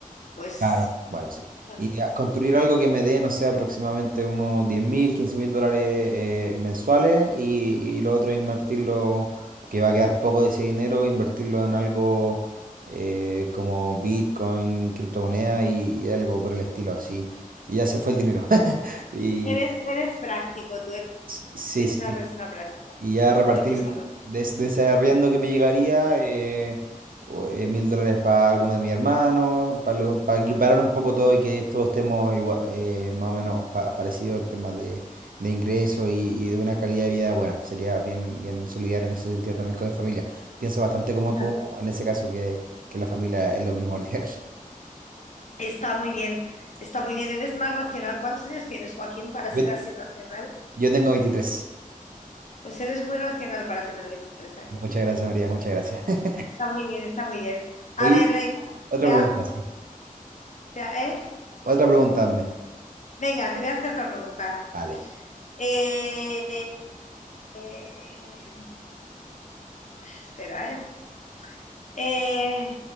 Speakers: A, on the left; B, on the right.
A: pues,
B: Claro, bueno, sí.
A: ¿sabes?
B: Y a construir algo que me dé, no sé, aproximadamente unos diez mil, quince mil dólares eh, mensuales y, y lo otro invertirlo, que va a quedar poco de ese dinero, invertirlo en algo eh, como Bitcoin, criptomoneda y, y algo por el estilo así. Y ya se fue el dinero. <laughs> Y
A: Eres, eres práctico, tú
B: s- sí,
A: eres
B: sí,
A: una
B: sí.
A: persona práctica.
B: Y ya repartir
A: Me gusta, me gusta.
B: de, es- de ese arriendo que me llegaría, eh, o- eh, mil dólares para alguno de mis hermanos, para, para equiparar un poco todo y que todos estemos igua- eh, más o menos pa- parecidos en temas de, de ingresos y, y de una calidad de vida buena. Sería bien, bien solidario en ese sentido también con mi familia. Pienso bastante como
A: Está,
B: tú en ese caso, que, que la familia es lo primordial. <laughs>
A: está muy bien, está muy bien, eres más racional. ¿Cuántos años tienes, Joaquín, para ser
B: Yo,
A: así racional?
B: yo tengo veintitrés
A: Pues eres muy racional para tener 23 años.
B: Muchas gracias, María, muchas gracias. <laughs>
A: Está muy bien, está muy bien.
B: Oye,
A: A ver, venga,
B: otra
A: te
B: pregunta,
A: hago,
B: sí.
A: te ha- ¿eh?
B: Otra pregunta, hazme.
A: Venga, te voy a hacer otra pregunta.
B: Vale.
A: Eh, eh, espera, ¿eh? Eh,